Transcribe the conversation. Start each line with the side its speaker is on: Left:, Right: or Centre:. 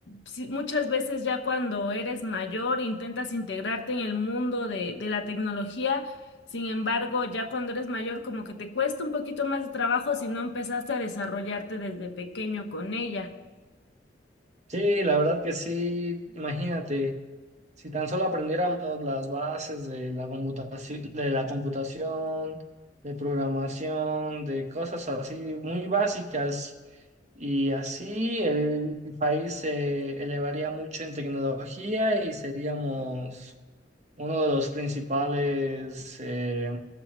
Left: sí, muchas veces ya cuando eres mayor intentas integrarte en el mundo de, de la tecnología sin embargo, ya cuando eres mayor, como que te cuesta un poquito más de trabajo si no empezaste a desarrollarte desde pequeño con ella.
Right: Sí, la verdad que sí, imagínate, si tan solo aprendiéramos las bases de la computación, de la computación, de programación, de cosas así muy básicas, y así el país se elevaría mucho en tecnología y seríamos uno de los principales eh,